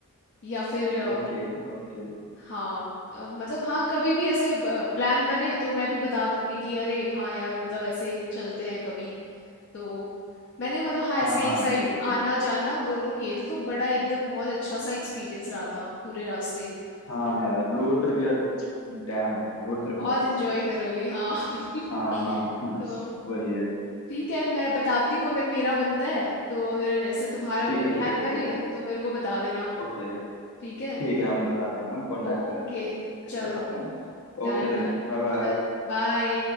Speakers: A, on the left; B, on the left.
A: या फिर
B: Okay okay
A: हाँ अ, मतलब हाँ कभी भी ऐसे प्लान बने तो मैं भी बता दूंगी कि अरे हाँ यार मतलब ऐसे चलते हैं कभी तो मैंने मतलब हाँ
B: हाँ
A: ऐसे
B: हाँ
A: एक
B: हाँ
A: साइड
B: ठीक है ठीक
A: आना
B: है
A: जाना दोनों किए थे तो बड़ा एकदम बहुत अच्छा सा एक्सपीरियंस रहा था पूरे रास्ते
B: हाँ
A: तो
B: यार रोड ट्रिप यार डैम भाई रोड ट्रिप
A: बहुत
B: बहुत
A: एंजॉय
B: पसंद है
A: करोगे हाँ <laughs>
B: हाँ हाँ हाँ,
A: तो
B: वही है
A: ठीक है मैं बताती हूँ अगर मेरा बनता है तो अगर ऐसे तुम्हारा
B: ठीक
A: कोई
B: है
A: प्लान
B: ठीक है
A: बने
B: ठीक है
A: तो मेरे को बता देना
B: ओके
A: ठीक
B: ठीक
A: है
B: है हम बताते हैं हाँ कांटेक्ट
A: ओके
B: में रहना फिर फिर
A: चलो
B: बताते हैं
A: Done
B: Okay then
A: done
B: bye bye
A: चलो बाय